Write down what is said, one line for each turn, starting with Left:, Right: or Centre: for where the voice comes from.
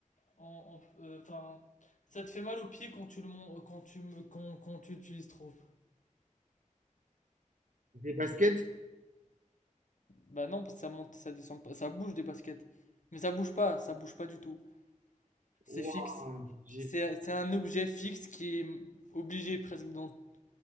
Left: en, en- euh, enfin, ça te fait mal au pied quand tu le mon- quand tu me- quand, quand tu utilises trop.
Right: Des baskets?
Left: Bah non, parce que ça monte, ça descend pas, ça bouge des baskets. Mais ça bouge pas, ça bouge pas du tout. C'est
Right: Ouah,
Left: fixe.
Right: j'ai...
Left: C'est c'est un objet fixe qui est obligé presque dans,